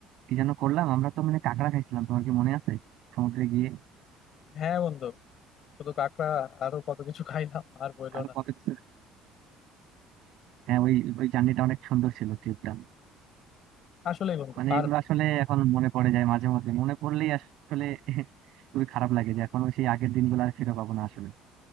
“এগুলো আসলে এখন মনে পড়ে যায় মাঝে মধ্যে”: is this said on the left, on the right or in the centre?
Right